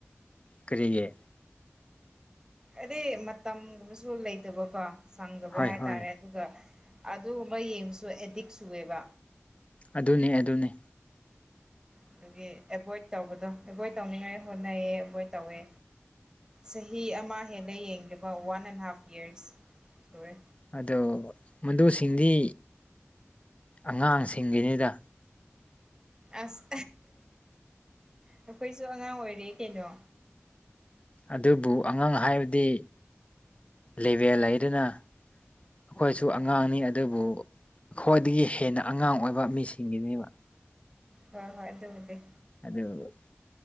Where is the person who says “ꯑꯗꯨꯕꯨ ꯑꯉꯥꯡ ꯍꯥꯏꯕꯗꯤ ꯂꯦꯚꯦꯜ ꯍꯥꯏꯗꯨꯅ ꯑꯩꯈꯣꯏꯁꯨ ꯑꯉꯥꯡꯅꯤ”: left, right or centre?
Left